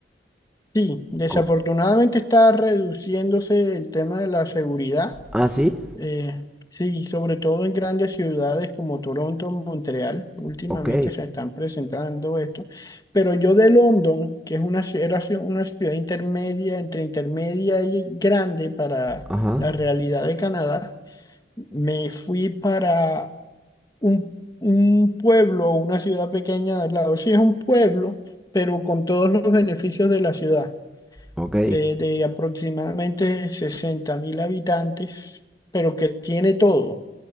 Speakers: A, on the left; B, in the centre.
A: Sí, desafortunadamente
B: Co-
A: está reduciéndose el tema de la seguridad.
B: ah, sí,
A: Eh, sí, sobre todo en grandes ciudades como Toronto, Montreal, últimamente
B: ok,
A: se están presentando esto. Pero yo de London, que es una, ci- era ci- una ciudad intermedia, entre intermedia y grande para
B: ajá,
A: la realidad de Canadá, me fui para un, un pueblo, una ciudad pequeña al lado. Sí, es un pueblo, pero con todos los beneficios de la ciudad,
B: ok,
A: eh, de aproximadamente sesenta mil habitantes, pero que tiene todo.